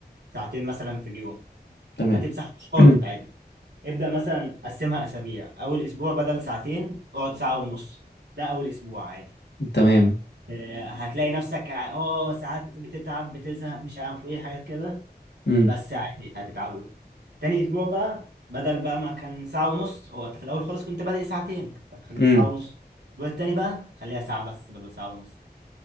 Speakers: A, on the right; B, on the left.
A: ساعتين مثلا في اليوم
B: تمام
A: ما تمسحوش خالص
B: <clears throat>
A: عادي ابدأ مثلا قسمها أسابيع أول أسبوع بدل ساعتين اقعد ساعة ونص ده أول أسبوع عادي
B: تمام
A: إيه، هتلاقي نفسك ع- اه ساعات بتتعب بتزهق مش عارف ايه حاجات كده
B: امم
A: بس عادي هتتعود تاني اسبوع بقى بدل بقى ما كان ساعة ونص هو انت في الاول خالص كنت بادئ ساعتين فانت خليتها
B: امم
A: ساعة ونص الاسبوع التاني بقى خليها ساعة بس بدل ساعة ونص